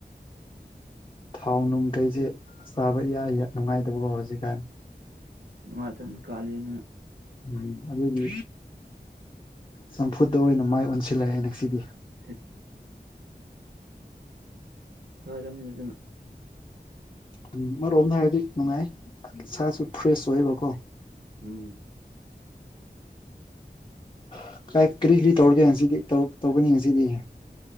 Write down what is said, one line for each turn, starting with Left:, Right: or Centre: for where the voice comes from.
Left: ꯊꯥꯎ ꯅꯨꯡ ꯀꯩꯁꯦ ꯆꯥꯕ ꯌꯥꯏ ꯅꯨꯡꯉꯥꯏꯇꯕꯣ ꯍꯧꯖꯤꯛꯀꯥꯟ
Right: ꯅꯨꯡꯉꯥꯏꯇꯕꯅꯤ ꯀꯥꯂꯦꯟꯅꯤꯅ
Left: ꯎꯝ ꯑꯗꯨꯗꯤ ꯆꯝꯐꯨꯠꯇ ꯑꯣꯏꯅ ꯃꯥꯏ ꯑꯣꯟꯁꯤꯜꯂꯦ ꯉꯁꯤꯗꯤ
Right: ꯍꯦ ꯐꯔꯔꯅꯤ ꯑꯗꯨꯅ
Left: ꯎꯝ ꯑꯃꯔꯣꯝꯗ ꯍꯥꯏꯔꯗꯤ ꯅꯨꯡꯉꯥꯏ ꯏꯁꯥꯁꯨ ꯐ꯭ꯔꯦꯁ ꯑꯣꯏꯌꯦꯕꯀꯣ
Right: ꯎꯝ
Left: <unintelligible> ꯀꯔꯤ ꯀꯔꯤ ꯇꯧꯔꯤꯒꯦ ꯉꯁꯤꯗꯤ ꯇꯧꯒꯅꯤ ꯉꯁꯤꯗꯤ